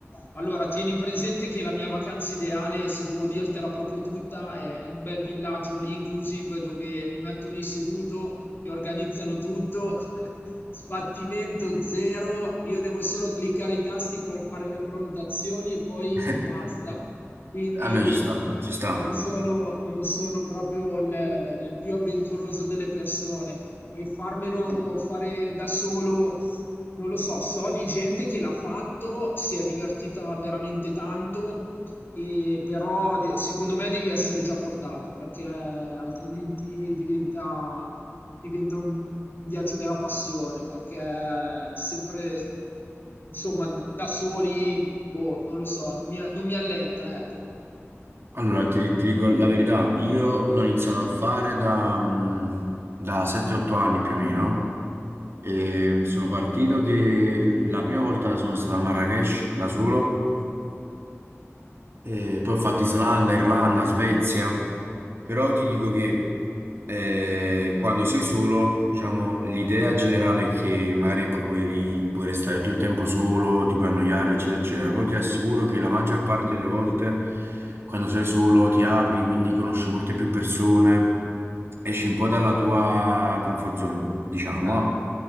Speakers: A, on the left; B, on the right.
A: allora, tieni presente che la mia vacanza ideale, se devo dirtela proprio tutta, è un bel villaggio lì inclusive dove mi metto lì seduto, mi organizzano tutto <laughs> sbattimento zero, io devo solo cliccare i tasti per fare le prenotazioni e poi
B: <laughs>
A: basta. Quindi
B: Vabbè, ci sta, ci sta.
A: non sono, non sono proprio il, il più avventuroso delle persone e farmelo fare da solo, non lo so, so di gente che l'ha fatto, si è divertita veramente tanto, e però de- secondo me devi essere già portato perché altrimenti diventa diventa un un viaggio della passione perché sempre, insomma, da soli, boh, non lo so, non mi, non mi alletta, ecco.
B: Allora, ti, ti dico la verità, io l'ho iniziato a fare da, mm, da 7-8 anni più o meno. E sono partito che la prima volta sono stato a Marrakesh da solo e poi ho fatto Islanda, Irlanda, Svezia, però ti dico che eh, quando sei solo, diciamo, l'idea generale è che magari ecco, puoi, puoi restare tutto il tempo solo, ti puoi annoiare, eccetera, eccetera, però ti assicuro che la maggior parte delle volte quando sei solo ti apri, quindi conosci molte più persone, esci un po' dalla tua comfort zone, diciamo,
A: Ah,
B: ah.